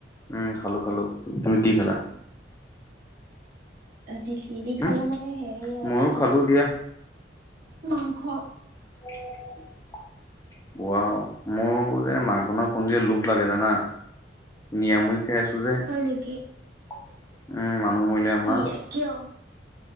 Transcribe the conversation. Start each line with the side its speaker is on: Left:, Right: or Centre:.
Left: উম খালো খালো তুমি কি খালা।
Right: আজি কি দি
Left: হম
Right: খালো মানে হেৰি
Left: ময়ো
Right: আছিলে
Left: খালো দিয়া
Right: মাংস।
Left: <unintelligible> ৱাও মোৰ যে মাংস ন কোন যে লোভ লাগে জানা। নিৰামুই খাই আছো যে উম
Right: হয় নেকি
Left: মানুহ মৰিলে আমাৰ।
Right: ই কিয়।